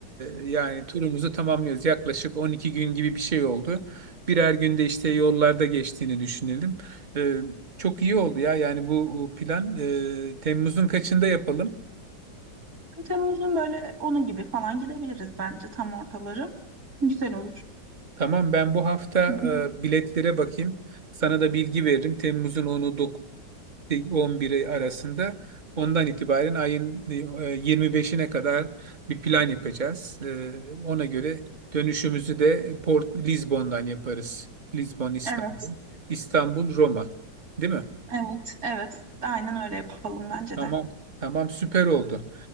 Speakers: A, on the right; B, on the right.
A: e, yani turumuzu tamamlıyoruz. Yaklaşık 12 gün gibi bir şey oldu. Birer günde işte yollarda geçtiğini düşünelim. Ee, çok iyi oldu ya. Yani bu bu plan e, Temmuz'un kaçında yapalım?
B: Hani Temmuz'un böyle onu gibi falan gidebiliriz bence tam ortaları. Güzel olur.
A: Tamam ben bu hafta
B: Hı hı.
A: e, biletlere bakayım. Sana da bilgi veririm. Temmuz'un 10'u, on biri arasında. Ondan itibaren ayın e, yirmi beşine kadar bir plan yapacağız. E, ona göre dönüşümüzü de Port Lizbon'dan yaparız. Lizbon, İstanbul.
B: Evet,
A: İstanbul, Roma. Değil mi?
B: evet, evet. Aynen öyle yapalım bence
A: Tamam.
B: de.
A: Tamam süper oldu.